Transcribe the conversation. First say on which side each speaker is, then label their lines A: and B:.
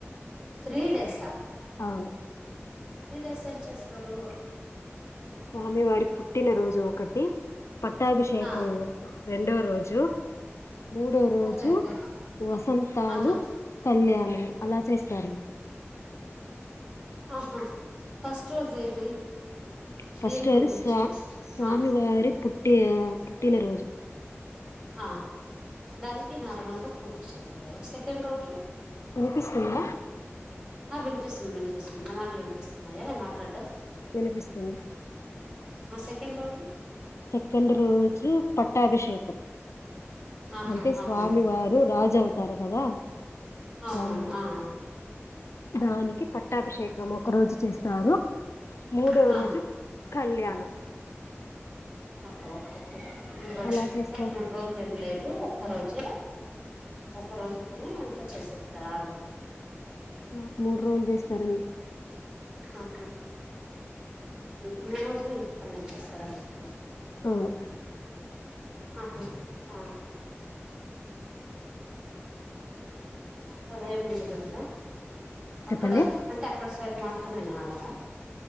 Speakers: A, on the right; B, on the left.
A: త్రీ డేసా
B: అవ్
A: త్రీ డేస్ ఏం చేసుకోరు
B: స్వామి వారి పుట్ పుట్టినరోజు ఒకటి పట్టాభిషేకం
A: ఆ
B: రెండో రోజు మూడో రోజు
A: ఓకే ఓకే
B: వసంతాలు
A: ఆహా
B: కళ్యాణం అలా చేస్తారండి
A: ఆహా ఫస్ట్ రోజ ఏది
B: ఫస్ట్
A: దేని గురించి
B: అది స్వామి
A: ఆ
B: వారి పుట్టి పుట్టినరోజు
A: ఆ దానికి నార్మల్గ పూజ చేస్తారు సెకండ్ రోజు
B: విన్పిస్తుంద
A: ఆ విన్పిస్తుంది జెస్ట్ చిన్న మాటలు విన్పిస్తుంది నయానే మాట్లాడ్డు
B: విన్పిస్తుంది
A: ఆ సెకెన్ రౌండ్లు
B: సెకండ్ రోజు పట్టాభిషేకం
A: ఆహా
B: అంటే
A: అవునవును
B: స్వామి వారు రాజు అవుతారు కదా
A: అవునవును
B: రాములు
A: ఆ
B: దానికి పట్టాభిషేకం ఒక రోజు చేస్ తారు మూడోవ
A: ఆ
B: రోజు కళ్యాణం
A: ఒహో ఒకె మూడు రోజు
B: అలా చేస్తారు
A: సార్ మూడు రోజులు ఏం లేదు ఒక్క రోజే ఒక రోజుకని అంత చేసేస్తారు ఆ రోజ్
B: మాకు మూడు రోజులు చేస్తారండి
A: అహా మూడు రోజులే <unintelligible> చేస్తరా మీకు
B: ఉయ్
A: అహా ఆ సరే ముందు కదా
B: చెప్పండి.
A: అక్కడ అంటే అక్కడ క్కడి మాత్రమేనా అలా